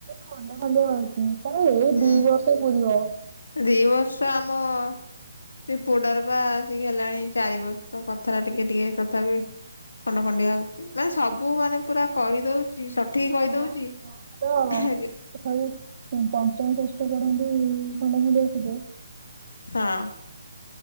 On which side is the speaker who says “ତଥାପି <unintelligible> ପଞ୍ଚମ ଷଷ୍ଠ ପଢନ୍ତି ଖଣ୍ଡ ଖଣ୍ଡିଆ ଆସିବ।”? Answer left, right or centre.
Right